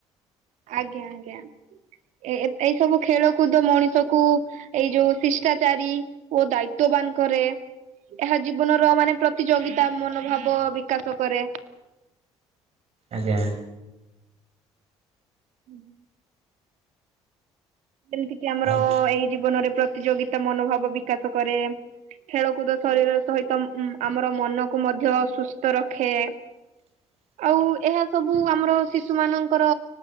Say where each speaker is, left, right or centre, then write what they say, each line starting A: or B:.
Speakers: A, on the right; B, on the right.
A: ଆଜ୍ଞା ଆଜ୍ଞା। ଏ ଏଇ ସବୁ ଖେଳକୁଦ ମଣିଷକୁ ଏଇ ଯୋଉ ଶିଷ୍ଟାଚାରୀ ଓ ଦାୟିତ୍ୱବାନ କରେ। ଏହା ଜୀବନର ମାନେ ପ୍ରତିଯୋଗିତା ମନୋଭାବ ବିକାଶ କରେ।
B: ଆଜ୍ଞା।
A: ହୁଁ ହୁଁ। ଯେମିତି କିି ଆମର
B: ଆଉ
A: ଏଇ ଜୀବନରେ ପ୍ରତିଯୋଗିତା ମନୋଭାବ ବିକାଶ କରେ। ଖେଳକୁଦ ଶରୀର ସହିତ ଉଂ ଆମର ମନକୁ ମଧ୍ୟ ସୁସ୍ଥ ରଖେ।
B: ଫାଙ୍କା ଅଡ଼ିଓ
A: ଆଉ ଏହା ସବୁ ଆମର ଶିଶୁ ମାନଙ୍କର